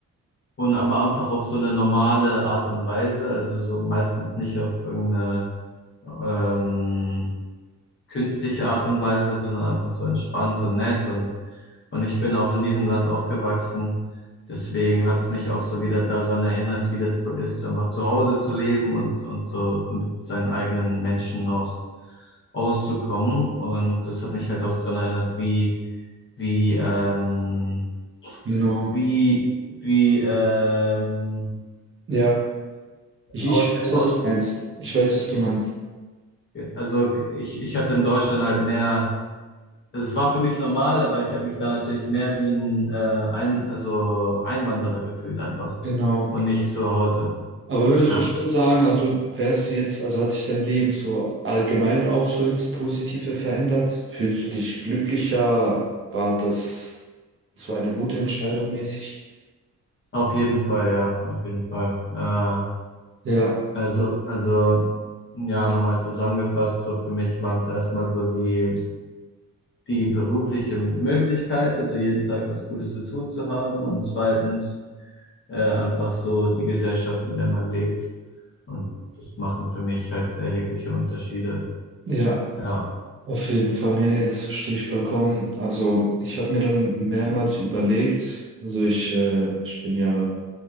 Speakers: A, on the left (about 35°); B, on the right (about 40°).
A: und aber einfach auf so eine normale Art und Weise, also so meistens nicht auf irgendeine ähm, künstliche Art und Weise, sondern einfach so entspannt und nett und, und ich bin auch in diesem Land aufgewachsen. Deswegen hat es mich auch so wieder daran erinnert, wie das so ist, einfach zu Hause zu leben und, und so mit seinen eigenen Menschen auch auszukommen. Und das hat mich halt auch daran erinnert, wie, wie, ähm,
B: Genau.
A: wie, wie, ähm,
B: Ja, ich,
A: aus,
B: ich weiß,
A: aus,
B: was du meinst. Ich weiß, was du
A: ich,
B: meinst.
A: also ich, ich hatte in Deutschland halt mehr Es war für mich normal, aber ich habe mich da natürlich mehr wie ein, äh, ein also Einwanderer gefühlt einfach
B: Genau.
A: und nicht zu Hause.
B: Aber würdest
A: Ja,
B: du schon sagen, also wärst du jetzt, also hat sich dein Leben so allgemein auch so ins Positive verändert? Fühlst du dich glücklicher? War das so eine gute Entscheidung mäßig?
A: auf jeden Fall, ja, auf jeden Fall. Äh,
B: Ja,
A: also, also ja, nochmal zusammengefasst, so für mich waren es erstmal so die, die berufliche Möglichkeit, also jeden Tag was Cooles zu tun zu haben und zweitens äh, einfach so die Gesellschaft, in der man lebt. Und das machen für mich halt erhebliche Unterschiede.
B: ja.
A: Ja,
B: Auf jeden Fall, nee, nee, das verstehe ich vollkommen. Also ich habe mir dann mehrmals überlegt, also ich, äh, ich bin ja